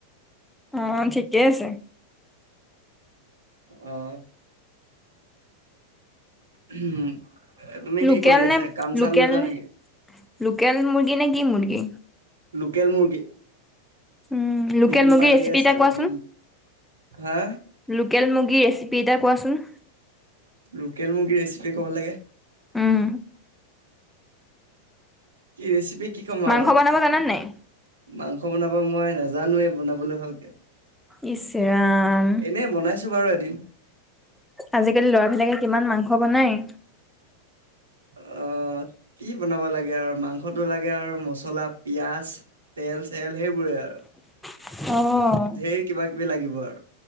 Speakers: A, in the centre; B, on the right (about 70°).
A: অ, ঠিকেই আছে।
B: অহ। উম, উম তুমি কি
A: লোকেল
B: কৰি আছা।
A: নে
B: কাম
A: লোকেল
B: চাম নোযোৱা
A: নে
B: নেকি।
A: লোকেল মুৰ্গী নে কি মুৰ্গী।
B: লোকেল মুৰ্গী।
A: উম, লোকেল
B: ডিম
A: মুৰ্গীৰ
B: পাৰিয়ে
A: ৰেচিপি
B: আছে
A: এটা কোৱাচোন,
B: ডিম। হা
A: লোকেল মুৰ্গীৰ ৰেচিপি এটা কোৱাচোন।
B: লোকেল মুৰ্গীৰ ৰেচিপি ক'ব লাগে।।
A: উম,
B: কি ৰেচিপি কি ক'ম
A: মাংস
B: আৰু
A: বনাব জানা নাই?
B: মাংস। মাংস বনাব মই নাজানোৱে বনাবলৈ ভালকে।
A: ইচ ৰাম
B: এনেই বনাইছো বাৰু এদিন।
A: আজিকালি ল'ৰাবিলাকে কিমান মাংস বনাই।
B: অহ, কি বনাব লাগে আৰু মাংসতো লাগে আৰু মছলা পিয়াজ তেল চেল সেইবোৰে আৰু।
A: অহ,
B: ঢেৰ কিবা লাগিব আৰু